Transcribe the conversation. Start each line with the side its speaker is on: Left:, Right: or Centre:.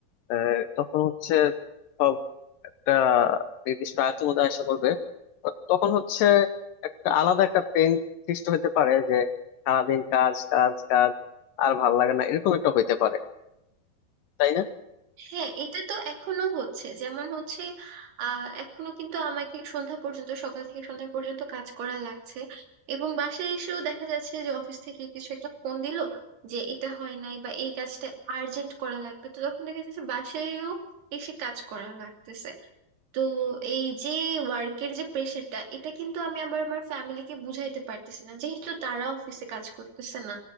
Left: আহ, তখন হচ্ছে সব একটা নির্দিষ্ট আয়ত্তের মধ্যে আসা পড়বে তো তখন হচ্ছে একটা আলাদা একটা পেন সৃষ্টি হতে পারে যে সারাদিন কাজ কাজ কাজ আর ভাল লাগে না এরকম একটা হইতে পারে তাই না
Right: হ্যাঁ এটা তো এখনো হচ্ছে যেমন হচ্ছে আহ এখনো কিন্তু আমাকে সন্ধ্যা পর্যন্ত সকাল থেকে সন্ধ্যা পর্যন্ত কাজ করা লাগছে এবং বাসায় এসেও দেখা যাচ্ছে যে অফিস থেকে কিছু একটা ফোন দিল যে এটা হয় নাই বা এই কাজটা আর্জেন্ট করা লাগবে তো তখন দেখা যাচ্ছে বাসায়ও এসে কাজ করা লাগতেছে তো এই যে ওয়ার্কের যে প্রেশারটা এটা কিন্তু আমি আবার আমার ফ্যামিলিকে বুঝাইতে পারতেছি না যেহেতু তারা অফিসে কাজ করতেছে না